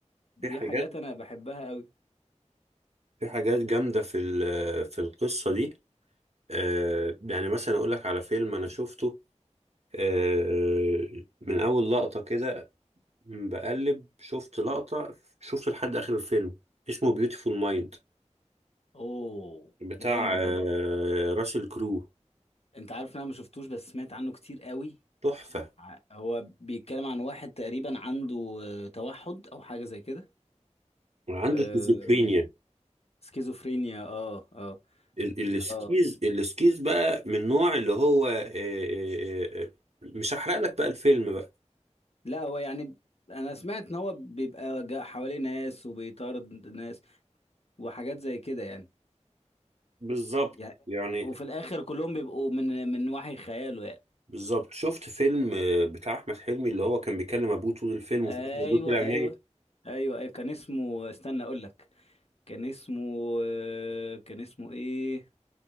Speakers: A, on the left (about 60°); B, on the right (about 60°).
A: دي
B: في حاجات
A: حاجات انا بحبها قوي
B: في حاجات جامدة في ال- في القصة دي آه، يعني مثلا أقول لك على فيلم أنا شفته آه، من أول لقطة كده م، بقلب شفت لقطة شفت لحد آخر الفيلم اسمه بيوتيفول مايند
A: اوه
B: بتاع
A: جامد
B: آه،
A: ده برضه
B: راسل كرو
A: انت عارف ان انا ما شفتوش بس سمعت عنه كتير قوي
B: تحفة
A: ع- هو بيتكلم عن واحد تقريبا عنده آه، توحد او حاجه زي كده
B: وعنده
A: آه،
B: شيزوفرينيا
A: سكيزوفرينيا اه اه
B: ال- السكيز
A: اه
B: السكيز بقى من نوع اللي هو آه، آه، آه، آه، مش هحرق لك بقى الفيلم بقى
A: لا هو يعني انا سمعت ان هو بيبقى جا- حواليه ناس وبيطارد ناس وحاجات زي كده يعني
B: بالظبط
A: يعني
B: يعني
A: وفي الاخر كلهم بيبقوا من من وحي خياله يعني
B: بالظبط شفت فيلم آه، بتاع أحمد حلمي اللي هو كان بيكلم أبوه طول الفيلم
A: ايوه
B: وفي الآخر أبوه طلع ميت
A: ايوه ايوه ايوه كان اسمه استنى اقول لك كان اسمه آه، كان اسمه ايه